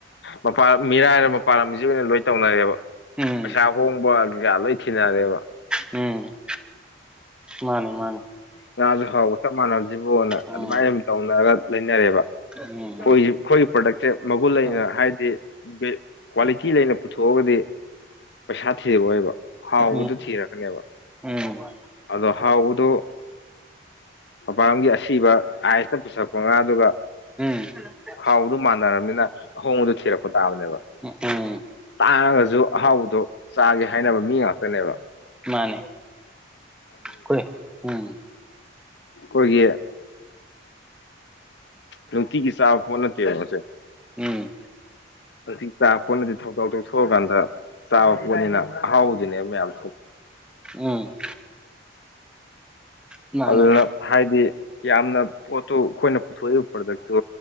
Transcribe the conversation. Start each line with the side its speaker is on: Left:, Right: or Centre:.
Left: ꯃꯄꯥ ꯃꯤꯔꯥꯏꯔ ꯄꯥꯂꯝꯁꯤ ꯑꯣꯏꯅ ꯂꯣꯏ ꯇꯧꯅꯔꯦꯕ
Centre: ꯎꯝ
Left: ꯄꯩꯁꯥ ꯍꯣꯡꯕ ꯀꯩꯀꯥ ꯂꯣꯏ ꯊꯤꯅꯔꯦꯕ
Centre: ꯎꯝ ꯃꯥꯅꯦ ꯃꯥꯅꯦ
Left: ꯉꯥꯁꯨ ꯍꯥꯎꯕ ꯆꯞ ꯃꯥꯟꯅꯕꯁꯤꯕꯣꯅ
Centre: ꯎꯝ
Left: ꯑꯗꯨꯃꯥꯏꯅ ꯑꯗꯨꯝ ꯇꯧꯅꯔꯒ ꯂꯩꯅꯔꯦꯕ
Centre: ꯎꯝ
Left: ꯑꯩꯈꯣꯏ ꯑꯩꯈꯣꯏꯒꯤ ꯄ꯭ꯔꯗꯛꯁꯦ ꯃꯒꯨꯟ ꯂꯩꯅ
Centre: ꯎꯝ
Left: ꯍꯥꯏꯗꯤ ꯀ꯭ꯋꯥꯂꯤꯇꯤ ꯂꯩꯅ ꯄꯨꯊꯣꯛꯑꯒꯗꯤ ꯄꯩꯁꯥ ꯊꯤꯔꯛ ꯑꯣꯏꯕ ꯍꯥꯎꯕꯗꯨ
Centre: ꯎꯝ
Left: ꯊꯤꯔꯛꯀꯅꯦꯕ
Centre: ꯎꯝ
Left: ꯑꯗ ꯍꯥꯎꯕꯗꯨ ꯃꯄꯥꯟꯒꯤ ꯑꯁꯤꯕ ꯑꯥꯏꯁꯇ ꯄꯨꯁꯜꯂꯛꯄ ꯉꯥꯗꯨꯒ
Centre: ꯍ <inaudible>
Left: ꯍꯥꯎꯕꯗꯨ ꯃꯥꯟꯅꯔꯕꯅꯤꯅ ꯑꯍꯣꯡꯕꯗꯨ ꯊꯤꯔꯛꯄ ꯇꯥꯕꯅꯦꯕ
Centre: ꯎꯝ
Left: ꯇꯥꯡꯉꯒꯁꯨ ꯑꯍꯥꯎꯕꯗꯣ ꯆꯥꯒꯦ ꯍꯥꯏꯅꯕ ꯃꯤ ꯉꯥꯛꯇꯅꯦꯕ
Centre: ꯃꯥꯅꯦ ꯀꯣꯏ ꯎꯝ
Left: ꯀꯣꯏꯒꯤ ꯅꯨꯡꯇꯤꯒꯤ ꯆꯥꯕ ꯄꯣꯠ ꯅꯠꯇꯦꯕ ꯃꯁꯦ
Centre: ꯎꯝ
Left: ꯑꯗꯨꯤ <unintelligible> ꯆꯥꯄꯅꯗꯤ <unintelligible> ꯊꯧꯗꯥꯎ <unintelligible> ꯇꯧꯊꯣꯛꯑꯀꯥꯟꯗ ꯆꯥꯕ ꯄꯣꯠꯅꯤꯅ ꯑꯍꯥꯎꯕꯗꯨꯅꯦꯕ ꯃꯌꯥꯝ
Centre: ꯎꯝ ꯃꯥꯅꯦ
Left: ꯑꯗꯨꯅ ꯍꯥꯏꯗꯤ ꯌꯥꯝꯅ ꯄꯣꯠꯇꯨ ꯑꯩꯈꯣꯏꯅ ꯄꯨꯊꯣꯛꯏ ꯄ꯭ꯔꯗꯛꯇꯨ